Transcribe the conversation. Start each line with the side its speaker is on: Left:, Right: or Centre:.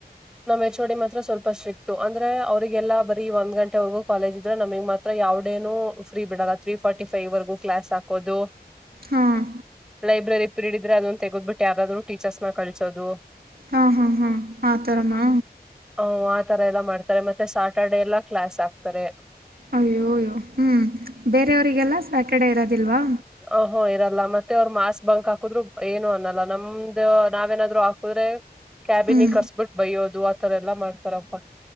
Centre: ನಮ್ಮ್ ಹೆಚೋಡಿ ಮಾತ್ರ ಸ್ವಲ್ಪ ತುಂಬಾ ಸ್ಟ್ರಿಕ್ಟ್. ಅಂದ್ರೆ ಅವ್ರರಿಗೆಲ್ಲ ಬರಿ ಒಂದ್ ಗಂಟೆವರೆಗೂ ಕಾಲೇಜ್ ಇದ್ರೆ ನಮಗ್ ಮಾತ್ರ ಯಾವಡೇನನು ಫ್ರೀ ಬಿಡದ ತ್ರೀ ಫಾರ್ಟಿ ಫೈವ್ವರೆಗೂ ಕ್ಲಾಸ್ ಹಾಕೋದು.
Right: ಹಾಂ
Centre: ಲೈಬ್ರರಿ ಪೀರಿಯಡ್ ಇದ್ರೆ ಅದೊಂದು ತೆಗೋಬಿಟ್ಟು ಯಗಾದ್ರರು ಟೀಚರ್ಸ್ನ ಕಳಸೋದು.
Right: ಹಾ ಹಾ ಹಾ ಆ ತರನಾ
Centre: ಹ ಆತರ ಎಲ್ಲ ಮಾಡ್ತಾರೆ ಮತ್ತೆ ಸಾಯಾಟರ್ಡೆ ಎಲ್ಲ ಕ್ಲಾಸ್ ಆಕ್ತಾರೆ.
Right: ಅಯ್ಯೋ ಅಯ್ಯ ಹ್ಮ್ ಬೇರೆಯವರಿಗೆಲ್ಲ ಸ್ಯಾಟರ್ಡೆ ಇರೋದಿಲ್ವಾ?
Centre: ಅ ಹ ಹೊ ಇರಲ್ಲ ಮತ್ತೆ ಅವರು ಮಾಸ್ಕ್ ಬಂಕ್ ಹಾಕುದ್ರು ಏನು ಅನ್ನಲ್ಲ ನಮ್ದ ನಾವೇನಾದ್ರು ಹಾಕುದ್ರೆ ಕ್ಯಾಬಿನಿಗೆ
Right: ಹ್ಞೂ
Centre: ಕರ್ಸ್ಬಿಟ್ಟು ಬಯ್ಯೋದು ಆತರ ಎಲ್ಲಾ ಮಾಡ್ತಾರಪ್ಪ.